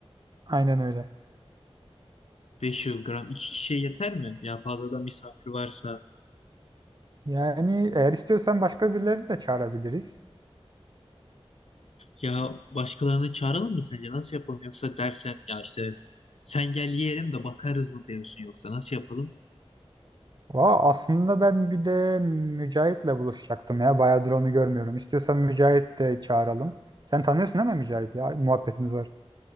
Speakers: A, on the right (about 40°); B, on the left (about 75°).
A: Aynen öyle.
B: 500 gram. iki kişiye yeter mi? Ya fazladan misafir varsa.
A: Yani eğer istiyorsan başka birileri de çağırabiliriz.
B: Ya başkalarını çağıralım mı sence? Nasıl yapalım? Yoksa dersen ya işte sen gel yiyelim de bakarız mı diyorsun yoksa nasıl yapalım?
A: Vaa aslında ben bir de Mücahit'le buluşacaktım ya. Bayağıdır onu görmüyorum. İstiyorsan Mücahit de çağıralım. Sen tanıyorsun değil mi Mücahit ya? Muhabbetiniz var.